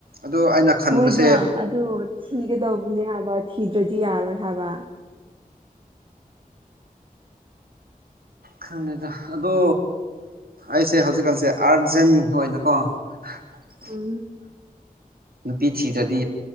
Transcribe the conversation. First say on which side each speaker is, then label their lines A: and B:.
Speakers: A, on the right; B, on the right.
A: ꯑꯗꯨ ꯑꯩꯅ ꯈꯟꯕꯁꯦ
B: ꯍꯣꯏꯕ ꯑꯗꯨ ꯊꯤꯒꯗꯧꯕꯅꯦ ꯍꯥꯏꯕ ꯊꯤꯗ꯭ꯔꯗꯤ ꯌꯥꯔꯣꯏ ꯍꯥꯏꯕ
A: ꯈꯪꯗꯦꯗ ꯑꯗꯣ ꯑꯩꯁꯦ ꯍꯧꯖꯤꯛꯀꯥꯟꯁꯦ ꯑꯥꯔꯖꯦꯟ ꯑꯣꯏꯅꯀꯣ <unintelligible>
B: ꯎꯝ
A: ꯅꯨꯄꯤ ꯊꯤꯗ꯭ꯔꯗꯤ